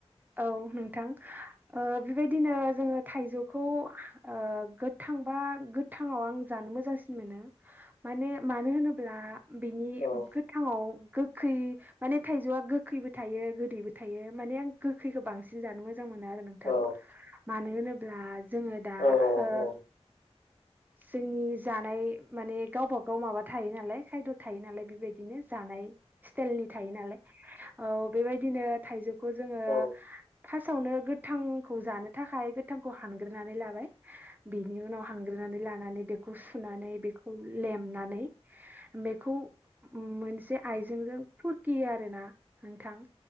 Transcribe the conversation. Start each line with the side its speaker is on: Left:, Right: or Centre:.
Right: औ नोंथां ओ बेबायदिनो जोंङो थाइजौखौ ओ गोथांबा गोथांङाव आं जानो मोजांसिन मोनो माने मानो होनोब्ला बिनि
Left: हागोन
Right: गोथांआव गोखै माने थाइजौआ गोखैबो थायो गोदैबो थायो माने आं गोखैखौ बांसिन जानो मो जां मोनो आरो नोंथां
Left: औ
Right: मानो होनोब्ला जोंङो दा‌
Left: औ
Right: ओ
Left: औ
Right: जोंनि जानाय माने गावबागाव माबा थायो नालाय खायद' थायो नालाय बेबायदिनो जानाय स्टाइलनि थायो नालाय औ बेबायदिनो थाइजौखौ जोंङो
Left: औ
Right: फार्स्टावनो गोथांखौ जानो थाखाय गोथांखौ हानग्रोनानै लाबाय बिनि उनाव हानग्रोना नानै लानानै सुनानै बेखौ लेमनानै बेखौ मोनसे आइजेंजों फुरखियो आरो ना नोंथां